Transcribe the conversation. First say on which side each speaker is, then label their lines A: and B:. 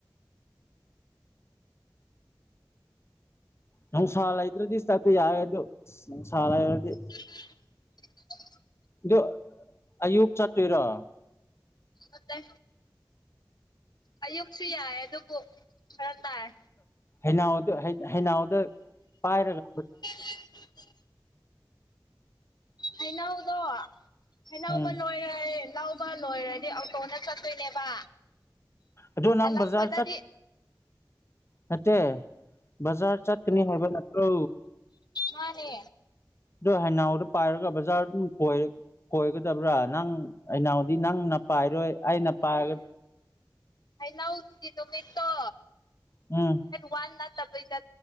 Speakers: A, on the left; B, on the left.
A: ꯅꯨꯡꯁꯥ ꯂꯩꯇ꯭ꯔꯗꯤ ꯆꯠꯄ ꯌꯥꯔꯦ ꯑꯗꯨ ꯅꯨꯡꯁꯥ ꯂꯩꯔꯗꯤ
B: <unintelligible>
A: ꯑꯗꯨ ꯑꯌꯨꯛ ꯆꯠꯇꯣꯏꯔꯣ
B: ꯑꯠꯇ ꯑꯌꯨꯛꯁꯨ ꯌꯥꯏ ꯑꯗꯨꯕꯨ ꯈꯔ ꯇꯥꯏ
A: ꯑ ꯍꯎꯗ ꯍꯩꯅꯥꯎꯗ ꯄꯥꯏꯔꯒ
B: <unintelligible> ꯍꯩꯅꯧꯗꯣ ꯍꯩꯅꯕ
A: ꯎꯝ
B: ꯂꯣꯏꯔꯦ ꯂꯧ ꯂꯨꯄꯥ ꯂꯣꯏꯔꯗꯤ ꯑꯣꯇꯣꯅ ꯆꯠꯇꯣꯏꯅꯦꯕ
A: ꯑꯗꯨ ꯅꯪꯕꯖꯥꯔ
B: ꯍꯜꯂꯛꯄꯗꯗꯤ
A: ꯆ ꯍꯇ ꯖꯥꯔ ꯆꯠ ꯀꯅꯤ ꯍꯥꯏꯕ ꯅꯥꯛ꯭ꯔꯣ
B: ꯃꯥꯅꯦ
A: ꯑꯗꯣ ꯍꯅꯥꯎꯗꯣ ꯄꯥꯏꯔꯒ ꯕꯖꯥꯔ ꯑꯗꯨꯝ ꯀꯣꯏꯔꯦ ꯀꯣꯏꯒꯗꯕ꯭ꯔꯥ ꯅꯪ ꯑꯅꯥꯎꯗꯤ ꯅꯪꯅ ꯄꯥꯏꯔꯣꯏ ꯑꯩꯅ ꯄꯥꯏ
B: ꯀꯩ ꯂꯎ ꯇꯗꯤꯗꯣ ꯃꯠꯇ
A: ꯎꯝ
B: ꯋꯥꯟ ꯅꯠꯇꯕꯩꯗ